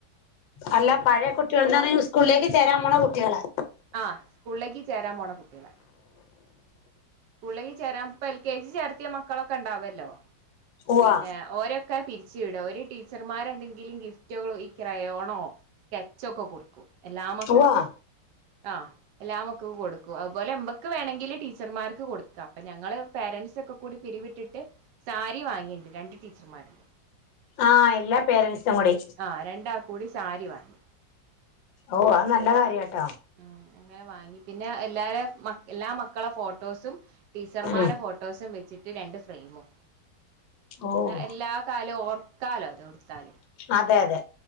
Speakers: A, on the left; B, on the right.
A: അല്ല പഴയ കുട്ടികളന്റെ സ്കൂളിലേക്ക് ചേരാൻ പോണ കുട്ടികളെ
B: ആ സ്കൂളിലേക്ക് ചേരാൻ പോണ കുട്ടികള സ്കൂളിലേക്ക് ചേരാൻ എൽ കെ ജി ചേർത്തിയ മക്കളൊക്കെ ഉണ്ടാവല്ലോ
A: ഉവ്വാ
B: പിന്നെ ഓരൊക്കെ പിരി ട ഒരു ടീച്ചർമാരെ എന്തെങ്കിലും ഗിഫറ്റ് റ്റ ക്കരയോണോ സ്കെച്ച്ഒക്കെ കൊടുക്കും എല്ലാ മക്കക്കും
A: ഉവ്വാ
B: ആ എല്ലാ മക്കകും കൊടുക്കും അതുപോലെ എമ്പൊക്ക് വേണെങ്കില് ടീച്ചർമാർ കൊടുക്ക അപ്പൊ ഞങ്ങള് പേരന്റ്സ് ഒക്കെ കൂടി പിരിവിട്ടിട്ട് സാരി വാങ്ങിട്ടുണ്ട് രണ്ട് ടീച്ചർമാരുണ്ട്
A: ആഹ എല്ലാ പേരൻസ് ച്ചമ്മടി
B: ആഹ് രണ്ടാൾക്കും കൂടി സാരി വാങ്ങി
A: ഓ അത് നല്ല കാര്യ ട്ട
B: ഉം അങ്ങനെ വാങ്ങി പിന്നെ എല്ലാര മ എല്ലാ മക്കളെ ഫോട്ടോസും ടീച്ചർമാരെ
A: ഉം
B: ഫോട്ടോസും വെച്ചിട്ട് രണ്ട് ഫ്രെയിമും
A: ഓ
B: പി എല്ലാ കാല ഓർക്കാലോ എടുത്താല്
A: അതെ അതെ